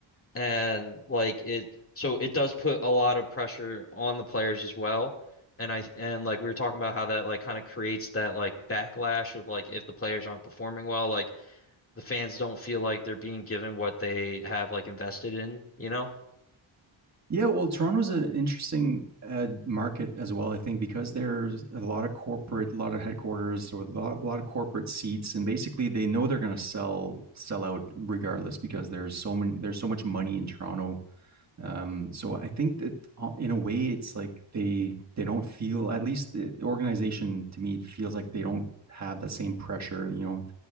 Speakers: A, on the left; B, on the right.
A: and like it so it does put a lot of pressure on the players as well and I and like we were talking about how that like kind of creates that like backlash of like if the players aren't performing well like the fans don't feel like they're being given what they have like invested in you know
B: Yeah, well, Toronto's an interesting uh, market as well. I think because there's a lot of corporate, a lot of headquarters, or a lot, a lot of corporate seats, and basically they know they're going to sell sell out regardless because there's so many there's so much money in Toronto um so i think that uh, in a way it's like they they don't feel at least the organization to me feels like they don't have that same pressure you know